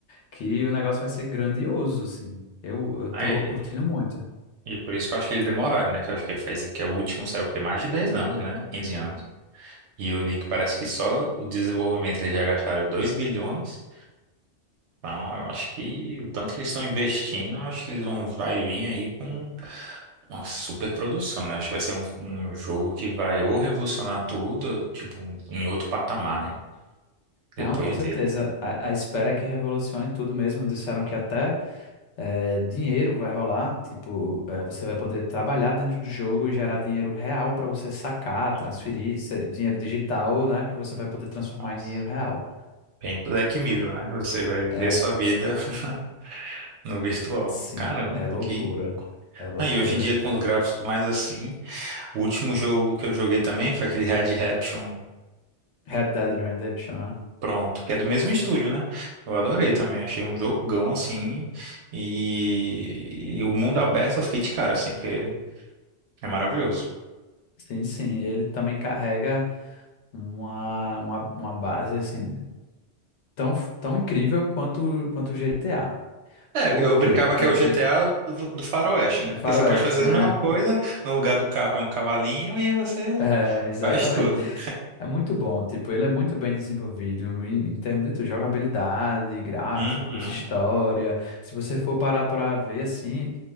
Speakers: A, on the left; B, on the right.
A: que o negócio vai ser grandioso, assim. Eu, eu tô
B: Aí,
A: curtindo muito.
B: e por isso que eu acho que eles demoraram, né? Que eu acho que faz que é o último saiu o quê? Mais de 10 anos, né? 15 anos. E eu li que parece que só o desenvolvimento eles já gastaram 2 bilhões. Então, eu acho que o tanto que eles estão investindo, eu acho que eles vão vai vir aí com Uma super produção, né? Acho que vai ser um, um jogo que vai ou revolucionar tudo, ou, tipo, um- em outro patamar, né? Depois
A: Não, com certeza.
B: dele.
A: A, a espera é que revolucione tudo mesmo. Disseram que até é, dinheiro vai rolar, tipo, é, você vai poder trabalhar dentro do jogo e gerar dinheiro real para você sacar,
B: Nossa,
A: transferir, se- dinheiro digital, né, que você vai poder transformar
B: nossa.
A: em dinheiro real.
B: Bem Black Mirror, né? Você vai viver
A: É,
B: sua vida <laughs> no virtual.
A: sim,
B: Caramba,
A: é loucura.
B: que.
A: É loucura.
B: Ah, e hoje em dia,
A: <laughs>
B: com os gráficos mais assim, o último jogo que eu joguei também foi aquele Red Redemption.
A: Red Dead Redemption, né?
B: Pronto, que é do mesmo estúdio, né? Eu adorei também, achei um jogão assim. E, e o mundo aberto eu fiquei de cara, assim, porque é maravilhoso.
A: Sim, sim, ele também carrega uma, uma, uma base assim tão, tão incrível quanto quanto o GTA.
B: É,
A: Por
B: eu brincava
A: quê? E-
B: que é o GTA
A: e-
B: do, do Faroeste,
A: do
B: né? Porque
A: Faroeste,
B: você pode fazer a
A: né?
B: mesma coisa,
A: <laughs>
B: no lugar do carro é um cavalinho e você
A: É, exatamente.
B: faz tudo.
A: É muito bom, tipo, ele é muito bem desenvolvido em, em termos de tudo, jogabilidade, gráficos,
B: Uhum.
A: história. Se você for parar para ver assim,